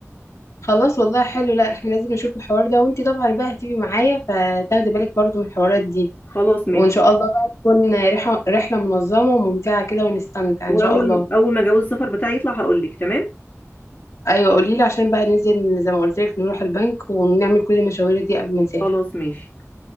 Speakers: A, on the left; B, on the left.
A: خلاص والله حلو لا احنا لازم نشوف الحوار ده وانتي طبعا بقى هتيجي معايا فتاخدي بالك برضه من الحوارات دي
B: خلاص ماشي
A: وان شاء الله بقى تكون رحله رحله منظمه وممتعه كده ونستمتع
B: واول
A: ان شاء الله
B: اول ما جواز السفر بتاعي يطلع هقول لك تمام
A: ايوه قولي لي عشان بقى ننزل زي ما قلت لك نروح البنك ونعمل كل المشاوير دي قبل ما نسافر
B: خلاص ماشي